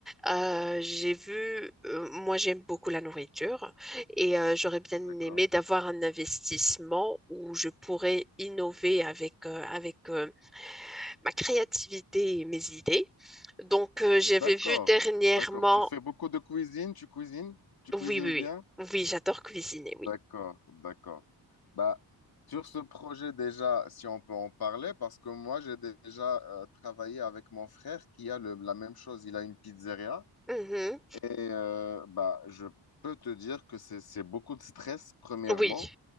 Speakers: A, in the centre; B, on the left.
A: Euh, j'ai vu, euh, moi, j'aime beaucoup la nourriture et euh, j'aurais bien
B: D'accord.
A: aimé d'avoir un investissement où je pourrais innover avec, euh, avec euh, ma créativité et mes idées. Donc, euh,
B: D'accord,
A: j'avais vu dernièrement.
B: d'accord. Tu fais beaucoup de cuisine, tu cuisines, tu cuisines
A: Oui, oui, oui.
B: bien?
A: Oui, j'adore cuisiner,
B: D'accord,
A: oui.
B: d'accord. Bah, sur ce projet déjà, si on peut en parler, parce que moi j'ai déjà euh, travaillé avec mon frère qui a le- la même chose, il a une pizzeria
A: Mhm.
B: et euh, bah, je peux te dire que c'est, c'est beaucoup de stress, premièrement.
A: Oui,